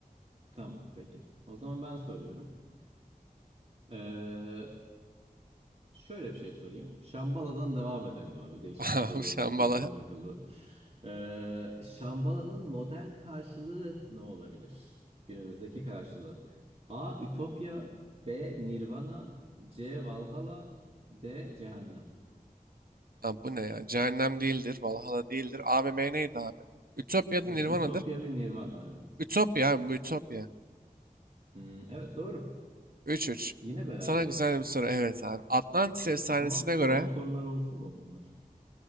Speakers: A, on the right; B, on the right.
A: tamam peki. O zaman ben soruyorum. Ee, Şöyle bir şey sorayım. Şambala'dan devam edelim abi.
B: <laughs>
A: Değişik
B: Abi
A: bir soru.
B: Sen valla...
A: Gözüme takıldı. Ee, Şambala'nın modern karşılığı ne olabilir? Günümüzdeki karşılığı. A. Ütopya B. Nirvana C. Valhalla D. Cehennem.
B: Ha, bu ne ya? Cehennem değildir. Valhalla değildir. A ve B neydi abi? Ütopya'da
A: Ee,
B: Nirvana'dır.
A: Ütopya ve Nirvana evet.
B: Ütopya abi bu Ütopya.
A: Hmm, evet doğru.
B: üç 3
A: Yine berabereyiz.
B: Sana güzel bir soru. Evet abi. Atlantis efsanesine
A: O zaman son
B: göre...
A: sorular olsun mu bunlar?